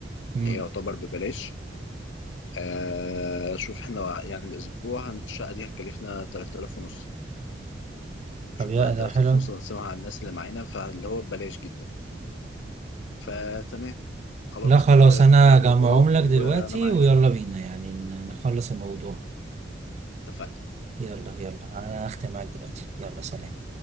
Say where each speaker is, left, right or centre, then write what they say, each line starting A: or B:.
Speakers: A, on the right; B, on the left.
A: مم.
B: اللي هي يعتبر ببلاش آه... شوف احنا يعني الأسبوع هن- الشقة دي هتكلفنا 3000 ونص
A: طب
B: شوف
A: يا
B: بقى
A: ده
B: 3000
A: حلو
B: ونص نقسمها على الناس اللي معانا فاللي هو ببلاش جدا فتمام خلاص
A: لا خلاص
B: لو كده
A: انا
B: اعمل
A: هجمعهم
B: جروب
A: لك
B: وأنا
A: دلوقتي
B: معاك
A: ويلا بينا يعني ن- نخلص الموضوع
B: اتفقنا
A: يلا يلا انا هختم معاك دلوقتي يلا سلام